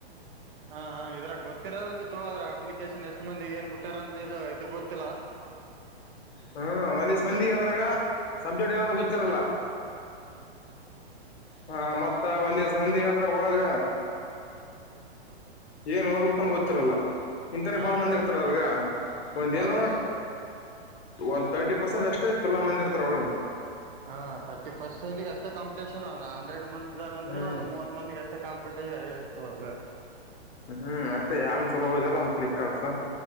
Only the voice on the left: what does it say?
ಹ್ಮ ಒಂದ್ ದಿವ್ಸ ಮಂದಿ ಾಗ ಸಬ್ಜೆಕ್ಟ್ ಏನ ಗೊತ್ತಿರಲ್ಲ ಹ ಮತ್ತ ಒಂದ್ ದಿವಸ ಮಂದಿ ಆದತ್ರ ಒಳಗ ಏನ್ ಓದ್ಲ್ಕೊಂಡ ಗೊತ್ತಿರಲ್ಲ ಇಥರ
ಬಾಳ ಮಂದಿ ಇರ್ತಾರ ಅವ್ರಗ ಒಂದ
ಏನ ಒಂದು ತರ್ಟಿ ಪರ್ಸೆಂಟ್ ಅಷ್ಟೇ ತುಂಬಾ ಮಂದಿ ಇರ್ತಾರ ಒಳಗೆ
ಹ್ಮ್
ಹ್ಮ್ ಅಷ್ಟೇ ಯಾವನ್ ಚಲೋ ಹೋದ್ಯದ ಅವನ್ ಕ್ಲಿಕ್ ಆಗ್ಸಾ